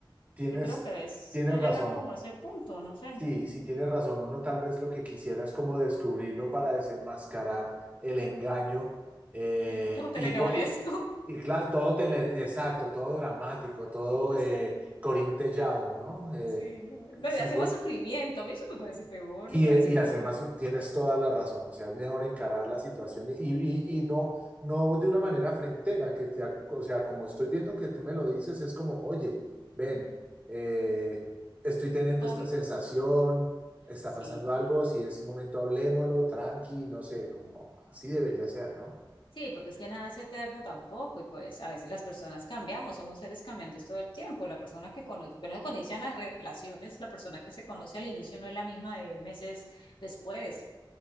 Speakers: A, on the right; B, on the left.
A: Tienes,
B: Yo creo que es
A: tienes
B: no llegar
A: razón.
B: como a ese punto, no sé,
A: Sí, sí tienes razón. Uno tal vez lo que quisiera es como descubrirlo para desenmascarar el engaño eh,
B: sí, todo telenovelesco.
A: y, po- y- y claro, todo tele- exacto, todo dramático, todo
B: <laughs>
A: eh, corintellado, ¿no? Eh,
B: Sí, no, no,
A: sí,
B: y hace más sufrimiento, a mí eso me parece peor,
A: y,
B: me parece
A: eh, y
B: como
A: hacer
B: que,
A: más, tienes toda la razón, o sea, es mejor encarar la situación y, y, y no, no de una manera frentera, que te acu- o sea, como estoy viendo que tú me lo dices, es como, oye, ven, eh, estoy teniendo
B: ¿no, Tommy?
A: esta sensación, está
B: Sí,
A: pasando algo,
B: claro.
A: si es momento hablémoslo, tranqui, no sé, como así debería ser, ¿no?
B: Sí, porque es que nada es eterno tampoco y pues a veces las personas cambiamos, somos seres cambiantes todo el tiempo. La persona que conoce, bueno, cuando inician las relaciones, la persona que se conoce al inicio no es la misma de meses después,